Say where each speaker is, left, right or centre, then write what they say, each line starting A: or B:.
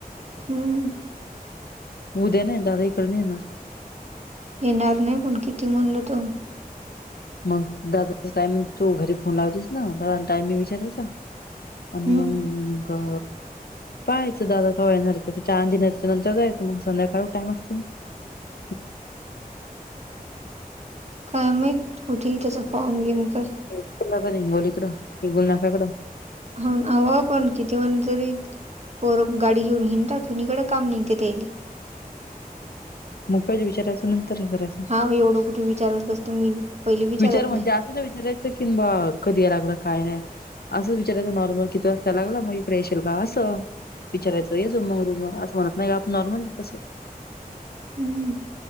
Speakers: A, on the right (about 45°); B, on the left (about 90°).
A: हूंन
B: उद्यां नाहीं दादा इकडं नाहीं येणारं
A: येणारं नाहीं पणं किती म्हणलो तो
B: मंग दादाचां टायमिंग तूं घरी फोन लावतेस नां दादाला टायमिंग विचारांच्या
A: हम्म
B: अनं मंग क पाहायचं दादा कांवा येणारंच ते द दिणांरच नंतर जायचं मंग संध्याकांळ टाईम असते नां मंग
A: कायं माहित कुंठे त्यांचा फॉर्म घेऊंन कां तरं
B: लागन करं हिंगोलीकडं हिंगुलीनाकयांकडं
A: हो हं पणं किती जेवणं करुं पोरं गांडी घेऊन हिडतांत कुंणीकडे कामं नाहीं कां त्याईले
B: मग पहिले विचारायचं नंतर हे करायचं
A: हांव एवढं कुंठे विचारतं बसतं मी पहिले विचारत
B: विचारलं म्हणजे
A: नाही
B: असं नां विचारायचं की बां कधीं यां लागलं कायं नाहीं असं विचारायचं नॉर्मल किती रस्ता लागंला मंग इकडे येशीलल कां असं विचारायचं येस मंग रुमर असं म्हणतं नाहीं कां आपणं नॉर्मल तसं
A: हम्म